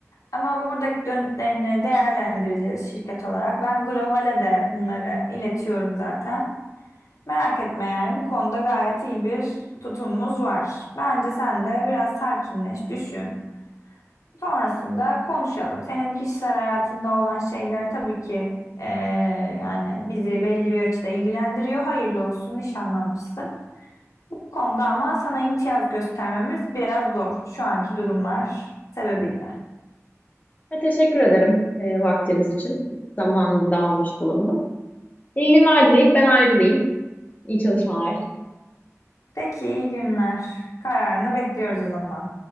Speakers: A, on the left; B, on the left.
A: Ama buradaki dönütlerini değerlendireceğiz şirket olarak. Ben globale de bunları iletiyorum zaten. Merak etme yani bu konuda gayet iyi bir tutumumuz var. Bence sen de biraz sakinleş, düşün. Sonrasında konuşalım. Senin kişisel hayatında olan şeyler tabii ki eee, yani bizi belli bir açıda ilgilendiriyor. Hayırlı olsun, nişanlanmışsın. Bu konuda ama sana imtiyaz göstermemiz biraz zor. Şu anki durumlar sebebiyle.
B: Ve teşekkür ederim e, vaktiniz için. Zamanınızı da almış bulundum. İyi günler dileyip ben ayrılayım. İyi çalışmalar.
A: Peki iyi günler. Kararını bekliyoruz o zaman.